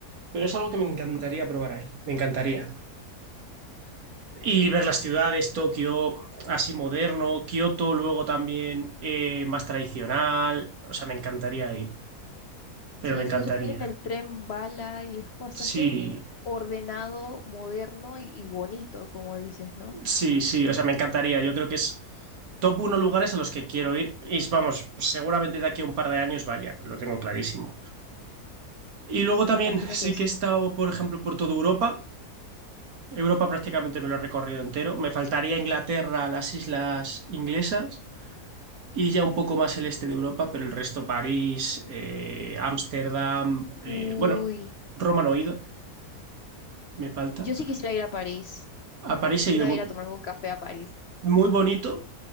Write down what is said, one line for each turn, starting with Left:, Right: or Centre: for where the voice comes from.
Right: Pero es algo que me encantaría probar ahí, me encantaría. Y ver las ciudades, Tokio, así moderno, Kioto, luego también eh, más tradicional, o sea, me encantaría ir, pero
Left: Sí,
Right: me
Left: incluso
Right: encantaría.
Left: tienen el tren bala y es bastante
Right: Sí,
Left: ordenado, moderno y, y bonito, como dices, ¿no?
Right: sí, sí, o sea, me encantaría. Yo creo que es top uno lugares a los que quiero ir y vamos, seguramente de aquí a un par de años vaya, lo tengo clarísimo. Y luego también
Left: Me imagino
Right: <laughs> sí
Left: que sí.
Right: que he estado, por ejemplo, por toda Europa. Europa prácticamente me lo he recorrido entero. Me faltaría Inglaterra, las islas inglesas y ya un poco más el este de Europa, pero el resto París, eh, Ámsterdam, eh,
Left: Uy,
Right: bueno, Roma no he ido, me falta.
Left: yo sí quisiera ir a París.
Right: A París
Left: Quisiera
Right: he ido muy,
Left: ir a tomarme un café a París.
Right: muy bonito,